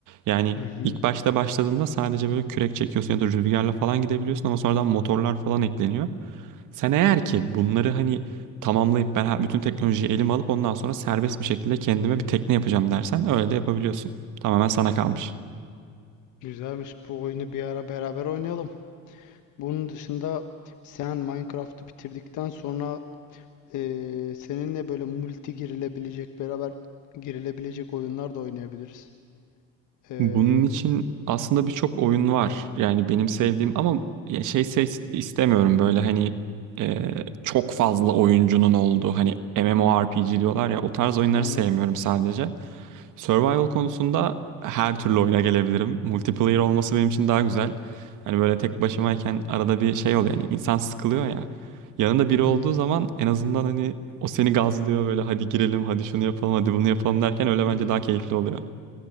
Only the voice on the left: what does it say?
Hı hı.
Güzelmiş. Bu oyunu bir ara beraber oynayalım. Bunun dışında sen Minecraft'ı bitirdikten sonra eee, seninle böyle multi girilebilecek, beraber girilebilecek oyunlar da oynayabiliriz. Eee
anladım.
Hı hı,
anladım.